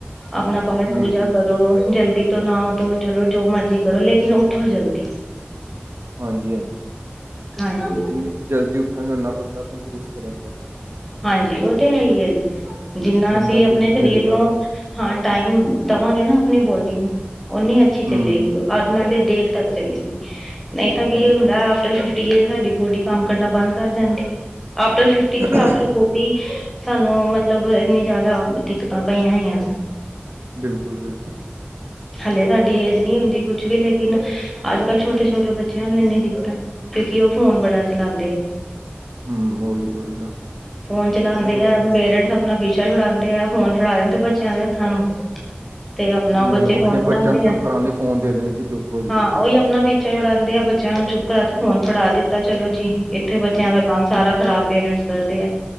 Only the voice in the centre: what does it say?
ਆਪਣਾ ਪਾਠ
ਪੂਜਾ
ਕਰੋ ਜਲਦੀ ਤੋ ਨਾਹੋ ਤੋਂ ਚਲੋ ਜੋ ਮਰਜ਼ੀ ਕਰੋ ਲੇ ਕਿਨ ਉਠੋ ਜਲਦੀ।
ਹਾਂਜੀ
ਹਾਂਜੀ ਉਹ ਤੇ ਹੈ ਹੀ ਹੈ ਜੀ ਜਿਨਾ
ਅਸੀ ਆਪਣੇ
ਸਰੀਰ
ਨੂੰ ਹਾਂ ਟਾਈਮ ਦੇਵਾਂਗੇ ਨਾ ਆਪਣੀ ਬੋਡੀ ਨੂੰ ਓਨੀ ਅਛੀ
ਚਲੇਗੀ
ਉਹ। ਨਾਲੇ ਦੇਰ ਤਕ ਚਲੇਗੀ ਨਹੀ ਤਾਂ ਕੀ
ਇਹ ਹੁੰਦਾ ਫਿਫਟੀ ਏ ਸਾਡੀ ਬੋਡੀ ਕਮ ਕਰਨਾ ਬੰਦ ਕਰ ਜਾਦੀ ਹੈ। ਆਫਟਰ ਫਿਫਟੀ ਕਿ
ਆਫਟਰ ਫੋਰਟੀ ਸਾਨੂੰ ਮਤਲਬ ਇਨੀ ਜਾਦਾ ਦਿਕਤਾ ਪਈਆ ਹੋਈਆ।
ਹਲੇ ਸਾਡੀ ਏਜ ਨਹੀ ਹੁਦੀ ਕੁਛ ਵੀ ਲੇਕਿਨ ਅਜ ਕਲ ਛੋਟੇ ਛੋਟੇ ਬੱਚਿਆਂ ਨੂੰ ਇਨੀ ਦਿਕਤ ਕਿਉਕਿ ਉਹ ਫੋਨ ਬੜਾ ਚਲਾਉਦੇ ਹੈ।
ਫੋਨ ਚਲਾਉਦੇ
ਆ ਪੇਰੈਂਟਸ ਆਪਣਾ ਪੀਛਾ ਛੁਡਾਉਂਦੇ ਆ ਫੋਨ ਫੜਾ ਦਿਦੇ ਬੱਚਿਆਂ ਦੇ ਹੱਥਾਂ ਨੂੰ। ਤੇ ਆਪਣਾ
ਉਹ ਬੱਚੇ
ਫੋਨ ਚਲਾਉਦੇ
ਆ
ਹਾਂ ਉਹੀ ਆਪਣਾ ਵਿਚ- ਛਾ ਛੁੜਾਦੇ ਆ ਬੱਚਾ ਛੜਾਉਦੇ ਆ ਬੱਚਿਆਂ ਨੂੰ ਚੁਪ ਕਰਾ ਫੋਨ ਫੜਾ ਦਿਤਾ ਚਲੋ ਜੀ ਉਥੇ ਬੱਚਿਆਂ ਦਾ ਕਮ ਸਾਰਾ ਖਰਾਬ ਪੇਰੈਂਟਸ ਕਰਦੇ ਆ।